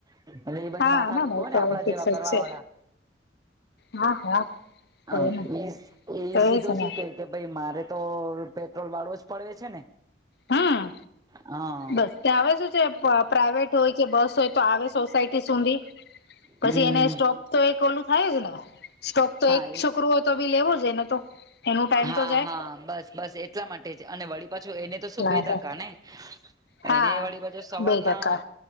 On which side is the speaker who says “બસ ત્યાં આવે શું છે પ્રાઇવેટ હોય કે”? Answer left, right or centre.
Left